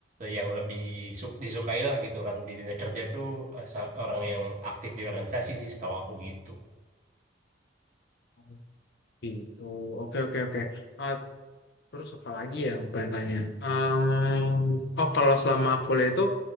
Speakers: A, on the right; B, on the left.
A: yang lebih su- disukai lah gitu kan di dunia kerja tuh eh, sa- orang yang aktif di organisasi sih setahu aku gitu
B: Oh, Gitu, oke oke oke. Eh, terus apa lagi ya yang pengen tanya? Em, oh kalau selama kuliah itu,